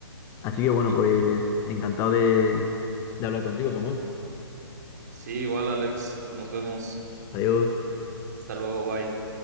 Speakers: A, on the left; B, on the right.
A: Así que bueno,
B: Y
A: pues encantado de, de hablar contigo, Samuel.
B: sí, igual, Alex, nos vemos.
A: Adiós.
B: Hasta luego, bye.